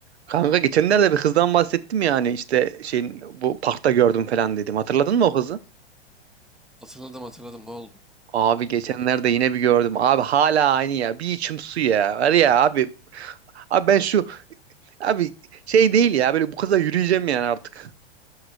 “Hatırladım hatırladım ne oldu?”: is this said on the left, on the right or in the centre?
Centre